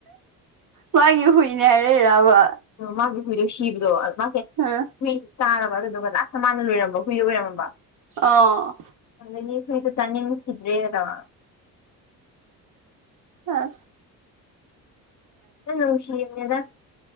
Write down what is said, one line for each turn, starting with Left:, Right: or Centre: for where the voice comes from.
Right: ꯃꯥꯒꯤ ꯍꯨꯏꯅꯦ ꯍꯥꯏꯔꯛꯏꯔꯕ
Left: ꯎꯝ ꯃꯥꯒꯤ ꯀꯣꯏꯗ ꯁꯤꯕꯗꯣ ꯃꯥ
Right: ꯍꯥꯥ
Left: ꯍꯨꯏ ꯆꯥꯔꯕ ꯑꯗꯨꯗꯨꯒ ꯂꯥꯁꯇ ꯃꯥꯅ ꯂꯣꯏꯔꯝꯕ ꯍꯨꯏ ꯑꯣꯏꯔꯝꯃꯕ
Right: ꯑ
Left: ꯑꯗꯒꯤ ꯑꯩꯈꯣꯏꯗ ꯆꯥꯅꯤꯡꯕꯈꯤꯗ꯭ꯔꯦꯅ ꯇꯧ
Right: ꯑꯥꯁ
Left: ꯣ ꯁꯤꯃꯦꯗ